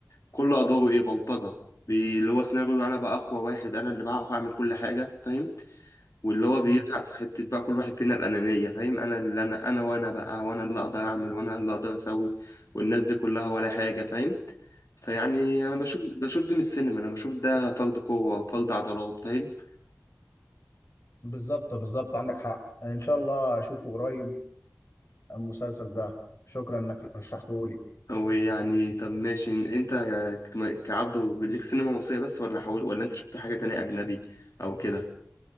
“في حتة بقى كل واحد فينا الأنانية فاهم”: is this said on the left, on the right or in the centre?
Left